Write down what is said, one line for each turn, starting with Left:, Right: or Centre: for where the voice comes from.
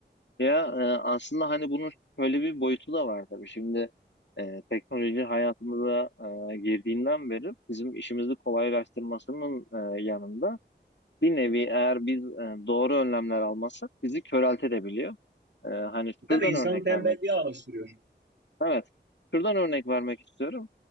Left: Ya e, aslında hani bunun şöyle bir boyutu da var tabii. Şimdi e, teknoloji hayatımıza e, girdiğinden beri bizim işimizi kolaylaştırmasının e, yanında bir nevi eğer biz e, doğru önlemler almazsak bizi köreltebiliyor. E, hani şuradan
Right: Değil mi? İnsanı
Left: örnek
Right: tembelliğe
Left: vermek
Right: alıştırıyor.
Left: Evet. Şuradan örnek vermek istiyorum.